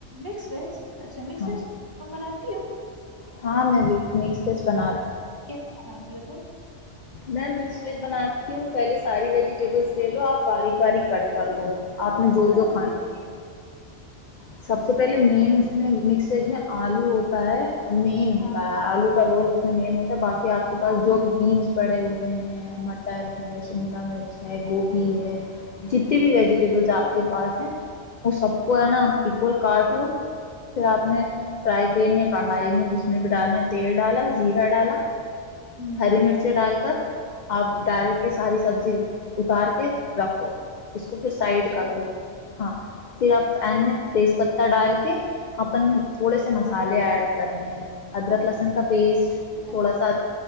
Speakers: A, on the right; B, on the left.
A: مکس ویج اچھا مسر
B: ہاں
A: تم بناتی ہو
B: ہاں میں مکس ویج بناات
A: کیسے بناتی ہو تم
B: میں مکس ویج بناتی ہوں پہلے ساری ویجیٹیبلس لے لو آپ باریک باریک کٹ کر لو
A: کون
B: آپ نے
A: کون
B: جو
A: سی سبزی
B: جو کھان
A: کے لیے؟
B: سب سے پہلے مین اس میں مکس ویج میں آلو ہوتا ہے مین
A: ہاں
B: ہوتا ہے آلو کا رول <unintelligible> باقی آ
A: ہاں
B: کے
A: ہوں
B: پس جو بھی بینس پڑے ہوئے ہیں مٹر ہے شملہ مرچ ہے گوبھی ہے جتنے بھی ویجیٹیبلس آپ کے پاس ہیں وہ سب کو ہے نا کو کاٹ لوں پھر آپ نے فرائی پین یا کڑھائی میں جس میں بھی ڈالنا تیل ڈالا زیرا ڈالا
A: ہوں
B: ہری مرچی ڈال کر آپ ڈال کی ساری سبزی اتار کے رکھ دو اس کو پھر سائڈ
A: اچھا
B: کر دو ہاں پھر آپ ا تیز پتہ ڈال کے اپنے تھوڑے سے مسالے ایڈ کرنے ادرک
A: کون
B: لہسن
A: کون
B: کا
A: سی
B: پیسٹ
A: سبزی؟
B: تھوڑا
A: اچھا
B: سا